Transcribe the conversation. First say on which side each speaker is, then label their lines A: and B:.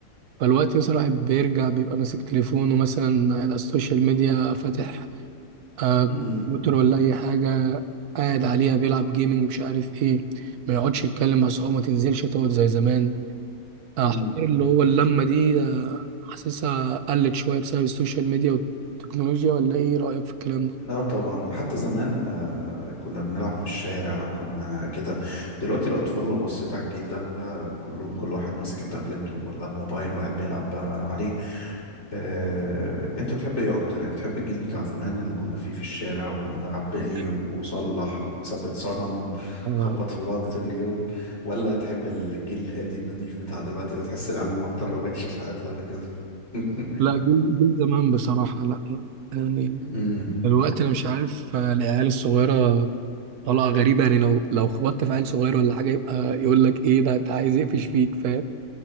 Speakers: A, on the right; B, on the left.
A: فالوقت مثلا الواحد بيرجع بيبقى ماسك تليفونه مثلا على السوشيال ميديا فاتح آه،
B: امم
A: كمبيوتر ولا اي حاجة قاعد عليها بيلعب جيمنج مش عارف ايه ما يقعدش يتكلم مع صحابه ما تنزلش تقعد زي زمان آه،
B: امم
A: حوار اللي هو اللمة دي آه، حاسسها قلت شوية بسبب السوشيال ميديا والتكنولوجيا ولا ايه رأيك في الكلام ده؟
B: لا طبعا حتى زمان آه، كنا بنلعب في الشارع كنا كده دلوقتي الاطفال لو بصيت على الجيل ده آه، كلهم كل واحد ماسك التابلت ولا الموبايل وقاعد بيلعب آه، عليه آه، انت تحب ايه اكتر يعني تحب الجيل بتاع زمان اللي كنا فيه في الشارع وكنا نلعب بلي
A: ال-
B: وصلح وثبت صنم
A: آه،
B: ونخبط في بعض طول اليوم ولا تحب الجيل الهادي النضيف بتاع دلوقتي ده تحس العيال ما اتطربتش في حياتها قبل كده <laughs>
A: لا جيل جيل زمان بصراحة لا لا يعني
B: امم
A: الوقت أنا مش عارف آه، العيال الصغيرة طالعة غريبة يعني لو لو خبطت في عيل صغير ولا حاجة يبقى يقول لك إيه ده أنت عايز يقفش فيك فاهم